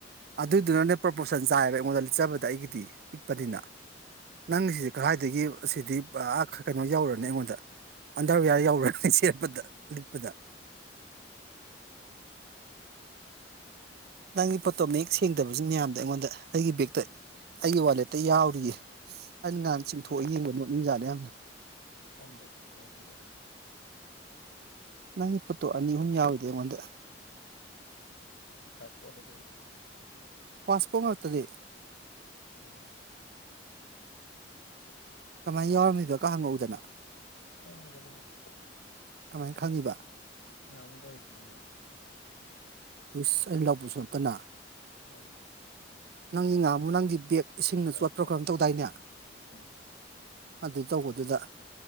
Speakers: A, on the right; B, on the left.
A: ꯑꯗꯨꯏꯗꯨꯅꯅꯦ ꯄ꯭ꯔꯣꯄꯣꯁꯟ ꯆꯥꯏꯑꯦꯕ ꯑꯩꯉꯣꯟꯗ ꯂꯤꯠꯆꯕꯗ ꯑꯩꯒꯤꯗꯤ ꯄꯤꯛꯄꯅꯤꯅ꯫
B: ꯎꯝ
A: ꯅꯪꯒꯤꯁꯤꯗꯤ ꯀꯗꯥꯥꯏꯗꯒꯤ꯫ ꯑꯁꯤꯗꯤ ꯄꯨꯔꯥ ꯀꯩꯅꯣ ꯌꯧꯔꯅꯤ ꯑꯩꯉꯣꯟꯗ ꯑꯟꯗꯔꯋꯦꯌꯥꯔ ꯌꯧꯔꯅꯤ ꯁꯦꯠꯄꯗ ꯂꯤꯠꯄꯗ꯫ ꯅꯪꯒꯤ ꯄꯣꯇꯣ ꯃꯌꯦꯛ ꯁꯦꯡꯗꯕꯁꯤꯡ ꯃꯌꯥꯝꯗ ꯑꯩꯉꯣꯟꯗ ꯑꯩꯒꯤ ꯕꯦꯛꯇ ꯑꯩꯒꯤ ꯋꯥꯂꯦꯠꯇ ꯌꯥꯎꯔꯤꯌꯦ ꯑꯩꯅ ꯉꯍꯥꯟ ꯆꯤꯡꯊꯣꯛꯑ ꯌꯦꯡꯕ ꯅꯣꯛ ꯅꯤꯡ ꯖꯥꯠꯅꯤ ꯌꯥꯝꯅ꯫
B: ꯀꯝꯕ꯫ <unintelligible>
A: ꯅꯪꯒꯤ ꯐꯣꯠꯇꯣ ꯑꯅꯤ ꯑꯍꯨꯝ ꯌꯥꯎꯏꯗ ꯑꯩꯉꯣꯟꯗ꯫
B: ꯐꯥꯁꯄꯣꯠꯂꯣ ꯀꯩꯅꯣ꯫
A: ꯄꯥꯁꯄꯣꯠ ꯉꯥꯛꯇꯅꯤ꯫
B: ꯑꯣ꯫
A: ꯀꯃꯥꯏꯅ ꯌꯥꯎꯔꯝꯃꯤꯕꯀ ꯍꯪꯉꯛꯎꯗꯅ꯫
B: ꯈꯪꯉꯤꯗ ꯑꯗꯨꯕꯨꯗꯤ
A: ꯀꯃꯥꯏꯅ ꯈꯪꯉꯤꯕ
B: ꯅꯍꯥꯟꯃꯨꯛ ꯂꯧꯔꯤꯗꯤ ꯅꯅ
A: ꯏꯁ ꯑꯩ ꯂꯧꯕꯁꯨ ꯅꯠꯇꯅ꯫
B: ꯂꯧꯏ꯫
A: ꯅꯪꯒꯤ ꯉꯥꯃꯨ ꯅꯪꯒꯤ ꯕꯦꯛ꯫ ꯏꯁꯤꯡꯅ
B: ꯄ꯭ꯔꯥꯏꯁꯇꯣ
A: ꯆꯣꯠꯄ꯭ꯔꯣ ꯀꯔꯝ ꯇꯧꯗꯥꯏꯅꯦ
B: ꯎꯝ
A: ꯑꯗꯨ ꯇꯧꯕꯗꯨꯗ